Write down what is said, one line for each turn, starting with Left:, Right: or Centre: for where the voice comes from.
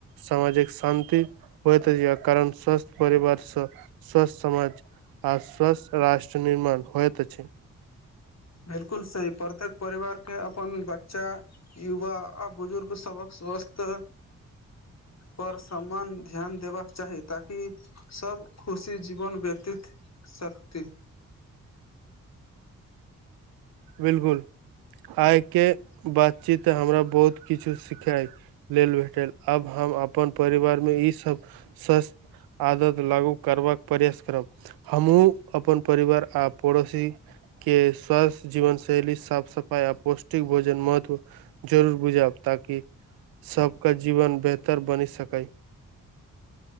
Right: सामाजिक शान्ति होत जाय कारण स्वस्थ परिवार स स्वस्थ समाज आर स्वस्थ राष्ट्र निर्माण होइत अछि
Left: बिलकुल सही प्रत्येक परिवारके अपन बच्चा युवा आ बुजुर्ग सबक स्वस्थ पर सम्मान ध्यान देबाक चाही ताकि सब खुशी जीवन व्यतीत शकती
Right: बिलकुल आइ के बातचीत हमरा बहुत किछु सिखाय लेल भेटल आब हम अपन परिवारमे ईसब सस आदत लागू करबाक प्रयास करब हमहु अपन परिवार आ पड़ोसी के स्वास्थ जीवन शैली साफ सफाई आ पौष्टिक भोजन महत्व जरूर बुझउ ताकि सबके जीवन बेहतर बानि सकै